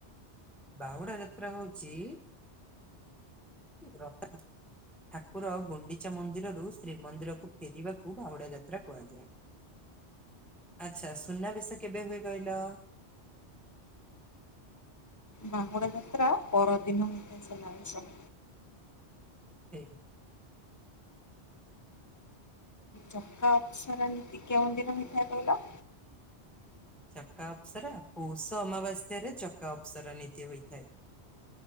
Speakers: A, in the centre; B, on the left (about 20°).
A: ବାହୁଡା ଯାତ୍ରା ହଉଚି ରଖ ଠାକୁର ଗୁଣ୍ଡିଚା ମନ୍ଦିରରୁ ଶ୍ରୀମନ୍ଦିରକୁ ଫେରିବାକୁ ବାହୁଡ଼ା ଯାତ୍ରା କୁହାଯାଏ। ଆଚ୍ଛା। ସୁନାବେେଶ କେବେ ହୁଏ କଇଲ?
B: ବାହୁଡ଼ା ଯାତ୍ରା ପର ଦିନ ହୁଏ ସୁନାବେଶ।
A: ଏ
B: ଚକା ଅପସର ନୀତି କେଉଁ ଦିନ ହେଇଥାଏ କହିଲ?
A: ଚକା ଅପସରା ପୌଷ ଅମାବାସ୍ୟରେ ଚକା ଅପସରା ନୀତି ହୋଇଥାଏ।